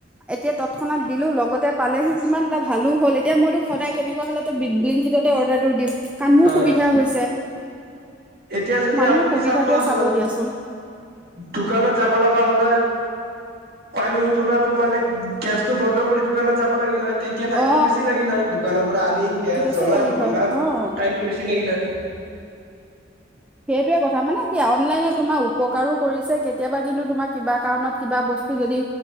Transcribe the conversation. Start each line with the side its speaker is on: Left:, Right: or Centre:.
Centre: এতিয়া তৎক্ষণাত দিলো লগতে পালেহি কিমান এটা ভালো হ'ল এতিয়া মইতো সদায় কেনেকুৱা হ'লে বিংকিটতে অৰ্ডাৰটো দিম কাৰণ মোৰ
Right: হয়
Centre: সুবিধা হৈছে
Right: এতিয়া যদি
Centre: মানুহে
Right: আপুনি
Centre: সুবিধাটোৱে
Right: চাপজ
Centre: চাব দিয়াচোন
Right: দোকানত যাব লগা হলে পানী উতলাটো মানে গেছতটো বন্ধ কৰি দোকানত যাব লাগিল হয় তেতিয়া টাইম
Centre: অ
Right: টো বেছি লাগিল হয় দোকানৰ পৰা আনিম গেছ
Centre: বেছি
Right: জ্বলাম
Centre: লাগিল
Right: বনাম
Centre: হয় অ
Right: টাইম টো বেছি লাগিলে হয়
Centre: সেইটয়ে কথা মানে কি অনলাইনে তোমাৰ উপকাৰো কৰিছে কেতিয়াবা কিন্তু তোমাৰ কিবা কাৰণত কিবা বস্তু বস্তু যদি